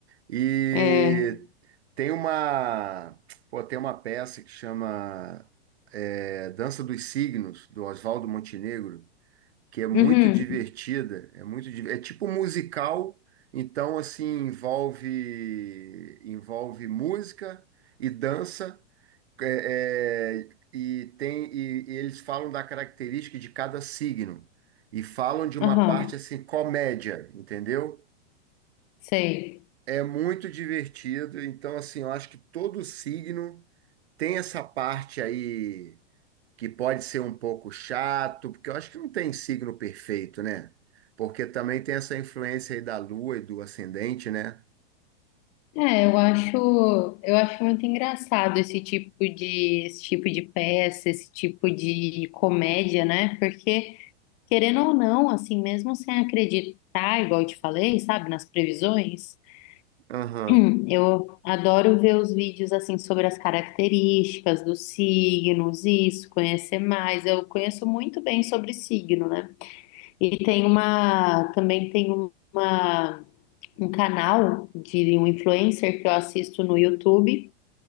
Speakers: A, on the right; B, on the left.
A: E
B: É.
A: Tem uma, pô, tem uma peça que chama é, Dança dos Signos, do Oswaldo Montenegro, que é muito
B: Uhum.
A: divertida, é muito, di- é tipo musical, então assim envolve envolve música e dança é, é, e tem e, e eles falam da característica de cada signo e falam de uma
B: Aham,
A: parte assim comédia, entendeu?
B: sei.
A: É muito divertido, então assim, eu acho que todo signo tem essa parte aí que pode ser um pouco chato, porque eu acho que não tem signo perfeito, né? Porque também tem essa influência aí da lua e do ascendente, né?
B: É, eu acho, eu acho muito engraçado esse tipo de, esse tipo de peça, esse tipo de comédia, né? Porque, querendo ou não, assim, mesmo sem acreditar, igual eu te falei, sabe, nas previsões,
A: Aham,
B: <clears throat> eu adoro ver os vídeos, assim, sobre as características dos signos, isso, conhecer mais. Eu conheço muito bem sobre signo, né? E tem uma, também tem uma. um canal de um influencer que eu assisto no YouTube